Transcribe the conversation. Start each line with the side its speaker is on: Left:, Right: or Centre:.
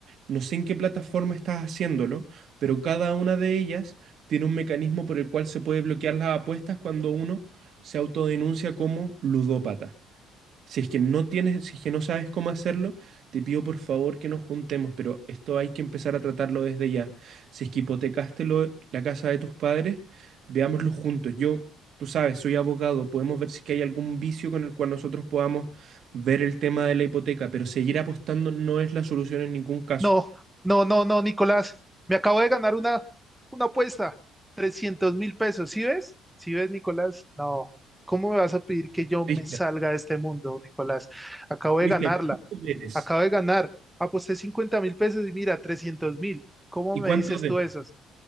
Right: No sé en qué plataforma estás haciéndolo, pero cada una de ellas tiene un mecanismo por el cual se puede bloquear las apuestas cuando uno se autodenuncia como ludópata. Si es que no tienes, si es que no sabes cómo hacerlo, te pido por favor que nos juntemos, pero esto hay que empezar a tratarlo desde ya. Si es que hipotecaste lo- la casa de tus padres, veámoslo juntos. Yo, tú sabes, soy abogado, podemos ver si es que hay algún vicio con el cual nosotros podamos ver el tema de la hipoteca, pero seguir apostando no es la solución en ningún caso.
Centre: No, no, no, no, Nicolás. Me acabo de ganar una, una apuesta. trescientos mil pesos. ¿Sí ves? ¿Sí ves, Nicolás? No. ¿Cómo me vas a pedir que yo me
Right: Cristian,
Centre: salga de este mundo, Nicolás? Acabo de
Right: Cristian,
Centre: ganarla.
Right: ¿cuánto debes?
Centre: Acabo de ganar. Aposté cincuenta mil pesos y mira, trescientos mil. ¿Cómo
Right: ¿Y
Centre: me
Right: cuánto
Centre: dices
Right: debes?
Centre: tú eso?